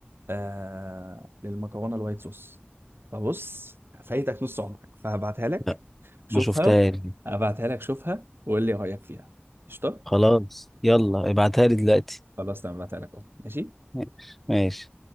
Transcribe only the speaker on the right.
آه للمكرونه الوايت صوص فبص فايتك نص عمرك فهبعتها لك
شوفها
هبعتها لك شوفها وقول لي رايك فيها قشطه
خلاص تمام هبعتها لك اهو ماشي